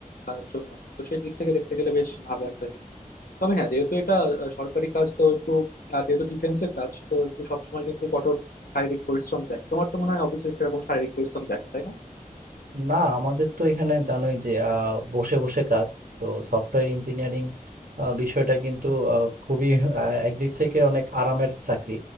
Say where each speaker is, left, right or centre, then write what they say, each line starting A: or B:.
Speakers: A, on the left; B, on the right.
A: আহ, জন্য তো সেই দিক থেকে দেখতে গেলে বেশ ভালো একটা জিনিস তবে হ্যাঁ যেহেতু এটা আহ, সরকারি কাজ তো একটু আর যেহেতু ডিফেন্সের কাজ তো একটু সবসময় কিন্তু কঠোর শারীরিক পরিশ্রম যায় তোমার তো মনে হয় অফিসে সেরকম শারীরিক পরিশ্রম যায় না তাই না
B: না আমাদের তো এখানে জানোই যে আহ, বসে বসে কাজ তো সফটওয়্যার ইঞ্জিনিয়ারিং বিষয়টা কিন্তু আহ, খুবই আহ, একদিক থেকে অনেক আরামের চাকরি